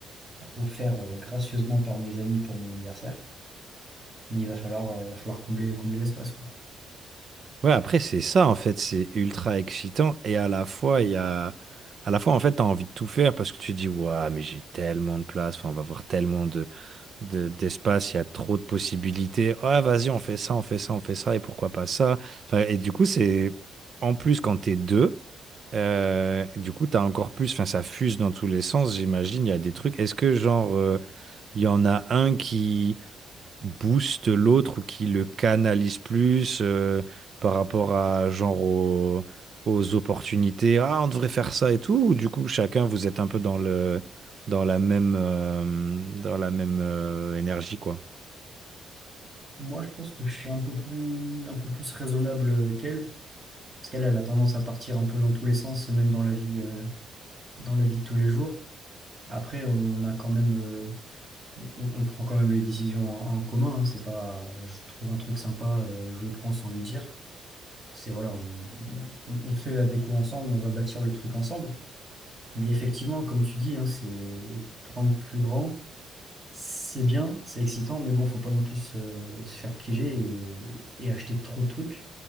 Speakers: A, on the right (about 30°); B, on the right (about 50°).
A: offert euh, gracieusement par mes amis pour mon anniversaire. Mais il va falloir, euh, il va falloir combler, combler l'espace. quoi.
B: Ouais, après, c'est ça, en fait, c'est ultra excitant et à la fois, il y a... À la fois, en fait, t'as envie de tout faire parce que tu dis, waouh, mais j'ai tellement de place, enfin, on va voir tellement de, de- d'espace, il y a trop de possibilités. Ah, vas-y, on fait ça, on fait ça, on fait ça, et pourquoi pas ça? Enfin, et du coup, c'est, en plus, quand t'es deux, euh, du coup, t'as encore plus, enfin, ça fuse dans tous les sens, j'imagine, il y a des trucs. Est-ce que, genre, euh, il y en a un qui booste l'autre ou qui le canalise plus euh, par rapport à genre au- aux, opportunités. Ah, on devrait faire ça et tout. Ou du coup, chacun, vous êtes un peu dans le dans la même euh, dans la même euh, énergie quoi.
A: Moi, je pense que je suis un peu plus, un peu plus raisonnable qu'elle, parce qu'elle, elle a tendance à partir un peu dans tous les sens, même dans la vie, euh, dans la vie de tous les jours. Après, on a quand même, euh, on, on prend quand même les décisions en, en commun. hein. C'est pas, je trouve un truc sympa, euh, je le prends sans lui dire. C'est voilà, on, on- on fait la déco ensemble, on va bâtir le truc ensemble. Mais effectivement, comme tu dis, hein, c'est prendre plus grand. C'est bien, c'est excitant, mais bon, faut pas non plus se, se faire piéger et, et acheter trop de trucs.